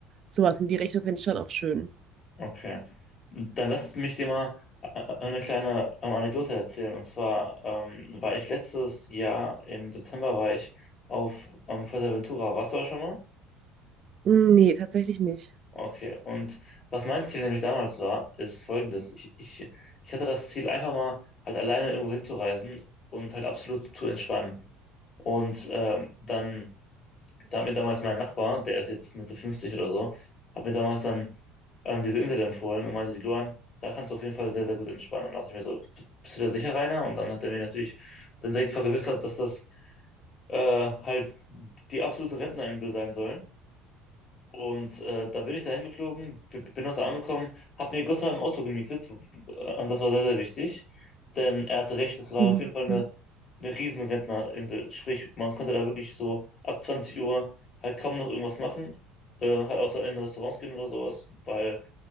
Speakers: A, on the right; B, on the left.
A: Sowas in die Richtung fände ich schon auch schön.
B: Okay. Dann lass mich dir mal äh, eine kleine ähm, Anekdote erzählen. Und zwar ähm, war ich letztes Jahr im September war ich auf ähm, Fuerteventura. Warst du da schon mal?
A: Mm, Nee, tatsächlich nicht.
B: Okay, und was mein Ziel nämlich damals war, ist folgendes. Ich, ich, ich hatte das Ziel, einfach mal halt alleine irgendwo hinzureisen und halt absolut zu entspannen. Und ähm, dann, da hat mir damals mein Nachbar, der ist jetzt Mitte 50 oder so, hat mir damals dann ähm, diese Insel empfohlen und meinte, die Luan, da kannst du auf jeden Fall sehr, sehr gut entspannen. Und dachte ich mir so, "B- bist du da sicher, Rainer? Und dann hat er mir natürlich dann direkt vergewissert, dass das äh, halt die absolute Rentnerinsel sein soll und äh, da bin ich da hingeflogen, b- b- bin auch da angekommen, habe mir Gott sei Dank ein Auto gemietet äh, und das war sehr, sehr wichtig, denn er hatte recht, es war
A: Mhm.
B: auf jeden Fall eine, eine riesen Rentnerinsel, sprich, man konnte da wirklich so ab 20 Uhr halt kaum noch irgendwas machen, äh, halt außer in Restaurants gehen oder sowas, weil